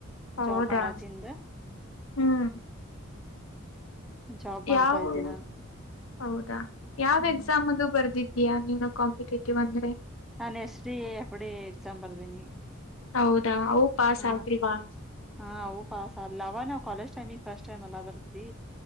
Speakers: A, on the left (about 65°); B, in the centre.
A: ಹೌದಾ
B: ಜಾಬ್ ಮಾಡತಿಂದ
A: ಹ್ಮ್
B: ಜಾಬ್
A: ಯಾವ
B: ಮಾಡ್ತಾ ಇದ್ದೆ
A: ಊರು
B: ನಾನು
A: ಹೌದಾ ಯಾವ
B: ಹ್ಮ್
A: ಎಕ್ಸಾಮ ಅದು ಬರ್ದಿದ ನೀನು ಕಾಂಪಿಟೇಟಿವ ಅಂದ್ರೆ
B: ನಾನು ಎಸ್ ಡಿ ಎಪಡಿ ಎಕ್ಸಾಮ್ ಬರ್ದೀನಿ
A: ಹೌದಾ ಅವು ಪಾಸ್
B: ಹ್ಮ
A: ಆಗಿಲ್ವಾ
B: ಹಾ ಅವು ಪಾಸಲಾ ಅವಗ ನಾವ ಕಾಲಜ ಟೈಮಫಸ್ಟ್ ಟೈಮ್ ಎಲ್ಲ ಬರದಿ